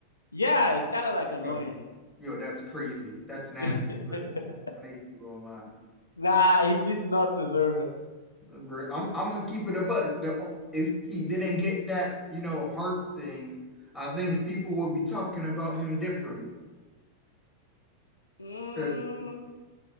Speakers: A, on the left (about 75°); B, in the centre.
A: Yeah, it's kind of like annoying.
B: Yo, yo, that's crazy. That's nasty,
A: <laughs>
B: bro. I ain't even gonna lie.
A: Nah, he did not deserve it.
B: I'm I'm gonna keep it a buck. The, if he didn't get that, you know, heart thing, I think people would be talking about him different.
A: Mm,
B: 'Cause,